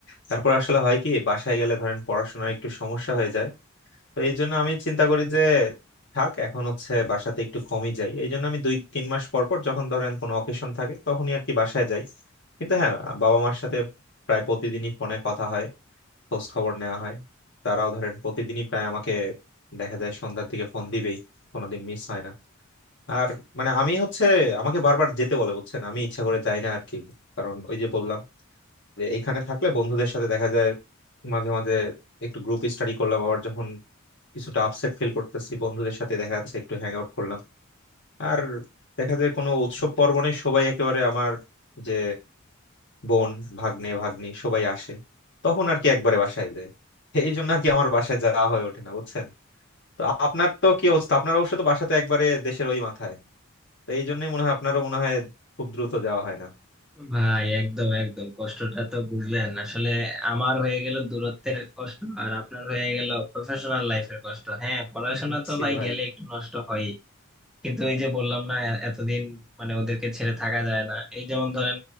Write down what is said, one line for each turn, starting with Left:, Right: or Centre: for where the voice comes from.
Left: তারপর আসলে হয় কি বাসায় গেলে ধরেন পড়াশোনার একটু সমস্যা হয়ে যায় তো এই জন্য আমি চিন্তা করি যে থাক এখন হচ্ছে বাসাতে একটু কমই যাই এই জন্য আমি দুই তিন মাস পর পর যখন ধরেন কোনো অকেশন থাকে তখনই আর কি বাসায় যাই কিন্তু হ্যাঁ বাবা মার সাথে প্রায় প্রতিদিনই ফোনে কথা হয় খোঁজ খবর নেওয়া হয় তারাও ধরেন প্রতিদিনই প্রায় আমাকে দেখা যায় সন্ধ্যার দিকে ফোন দিবেই কোনোদিন মিস হয় না আর মানে আমি হচ্ছে আমাকে বারবার যেতে বলে বুঝছেন আমি ইচ্ছা করে যাই না আর কি কারণ ওই যে বললাম যে এখানে থাকলে বন্ধুদের সাথে দেখা যায় মাঝে মাঝে একটু গ্রুপ স্টাডি করলাম আবার যখন কিছুটা আপসেট ফিল করতেছি বন্ধুদের সাথে দেখা যাচ্ছে একটু হ্যাং আউট করলাম আর দেখা যায় কোনো উৎসব পার্বণে সবাই একেবারে আমার যে বোন ভাগ্নে ভাগ্নি সবাই আসে তখন আর কি একবারে বাসায় যায় এই জন্য আর কি আমার বাসায় যাওয়া হয়ে ওঠে না বুঝছেন তো আপনার তো কি অবস্থা আপনার অবশ্য তো বাসা তো একবারে দেশের ওই মাথায় তো এই জন্যই মনে হয় আপনারও মনে হয় খুব দ্রুত যাওয়া হয় না
Centre: ভাই একদম একদম কষ্টটা তো বুঝলেন আসলে আমার হয়ে গেল দূরত্বের কষ্ট আর আপনার হয়ে গেল প্রফেশনাল লাইফের কষ্ট হ্যাঁ পড়াশোনা
Left: হুম, হুম,
Centre: তো
Left: জি
Centre: ভাই
Left: ভাই
Centre: গেলে একটু নষ্ট হয় কিন্তু এই যে বললাম না এ- এতদিন মানে ওদেরকে ছেড়ে থাকা যায় না এই যেমন ধরেন